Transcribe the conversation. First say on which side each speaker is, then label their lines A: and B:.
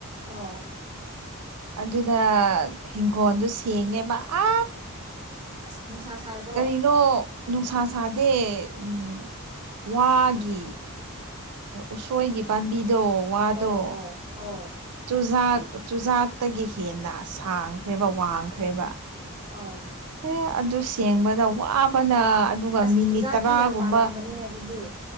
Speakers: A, on the right; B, on the right.
A: ꯑꯣ
B: ꯑꯗꯨꯗ ꯏꯤꯡꯈꯣꯜꯗꯨ ꯁꯦꯡꯉꯦꯕ ꯑ
A: ꯑꯁ ꯅꯨꯡꯁꯥ ꯁꯥꯗ꯭ꯔꯣ
B: ꯀꯔꯤꯅꯣ ꯅꯨꯡꯁꯥ ꯁꯥꯗꯦ ꯎꯝ ꯋꯥꯒꯤ ꯎꯁꯣꯏꯒꯤ ꯄꯥꯝꯕꯤ ꯗꯣ ꯋꯥꯗꯣ
A: ꯑꯣ ꯑꯣ ꯑꯣ
B: ꯆꯨꯖꯥꯛ ꯆꯨꯖꯥꯛꯇꯒꯤ ꯍꯦꯟꯅ ꯁꯥꯡꯈ꯭ꯔꯦꯕ ꯋꯥꯡꯈ꯭ꯔꯦꯕ
A: ꯑꯧ
B: ꯑꯦ ꯑꯗꯨ ꯁꯦꯡꯕꯗ ꯋꯥꯕꯅ ꯑꯗꯨꯒ
A: ꯑꯁ
B: ꯃꯤꯅꯤꯠ
A: ꯆꯨꯖꯥꯛꯇꯤ
B: ꯇꯔꯥꯒꯨꯝꯕ
A: ꯌꯥꯝ ꯄꯥꯜꯂꯝꯒꯅꯤꯅꯦ ꯑꯗꯨꯗꯤ